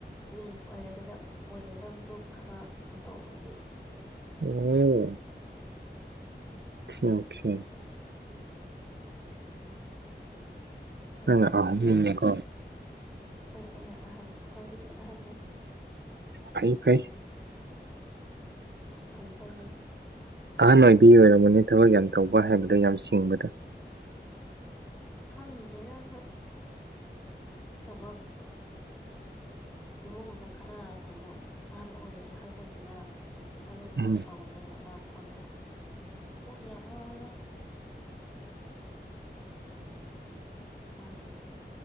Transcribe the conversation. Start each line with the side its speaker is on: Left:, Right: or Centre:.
Centre: ꯇ꯭ꯋꯤꯟꯁ ꯑꯣꯏꯔꯒꯗ ꯑꯣꯏꯒꯗꯕꯗꯣ ꯈꯔ ꯀꯩꯅꯣ ꯇꯧꯕꯒꯤ
Right: ꯑꯣ <unintelligible> ꯅꯪꯅ
Centre: ꯑꯗꯨꯅꯤ
Right: ꯑꯍꯟꯅꯤꯅꯀꯣ
Centre: ꯍꯣꯏ ꯑꯩꯅ ꯑꯍꯟ ꯈ꯭ꯋꯥꯏꯗꯒꯤ ꯑꯍꯟꯅꯦ
Right: ꯐꯩ ꯐꯩ
Centre: ꯏꯁꯁ ꯐꯩ ꯐꯩꯌꯦ
Right: ꯑꯍꯥꯟ ꯑꯣꯏꯕꯤ ꯑꯣꯏꯔꯝꯒꯅꯤ ꯊꯕꯛ ꯌꯥꯝ ꯇꯧꯕ ꯍꯥꯏꯕꯗꯣ ꯌꯥꯝ ꯁꯤꯡꯕꯗ
Centre: ꯈꯪꯗ꯭ꯔꯦꯅ ꯍꯣꯏ ꯊꯕꯛ ꯏꯃꯨꯡꯗ ꯈꯔ ꯀꯩꯅꯣ ꯅꯍꯟ ꯑꯣꯏꯔꯦ ꯍꯥꯏꯕꯒꯤꯔ ꯑꯗꯨ
Right: ꯎꯝ
Centre: ꯇꯧꯔꯤ ꯑꯗ ꯈꯣꯠꯂꯦ ꯑꯁ ꯀꯣꯛ ꯌꯥꯝ ꯉꯥꯎꯏꯗ ꯑꯁ